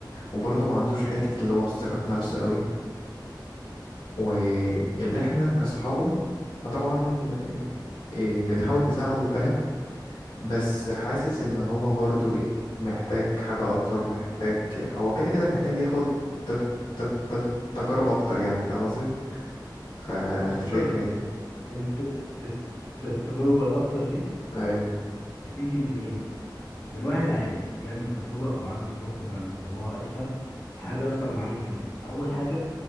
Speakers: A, on the left; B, on the left.
A: وبرضه ما عندوش حتة اللي هو الثقة في نفسه أوي واللي إحنا كأصحابه فطبعا إيه، بنحاول نساعده فاهم بس حاسس ان هو برضو ايه محتاج حاجة اكتر محتاج هو كده كده محتاج ياخد ت- ت- ت- تجارب اكتر يعني فاهم قصدي فانت
B: بص اصل
A: شايف
B: ال-
A: ايه
B: الت- الت- التجارب الاكتر دي
A: ايوه
B: هتيجي من ايه من واحد عايز يعمل تجربه او عنده طاقه انه يعمل تجربه هو الفا حاجه يا اسطى من عامل كده اول حاجه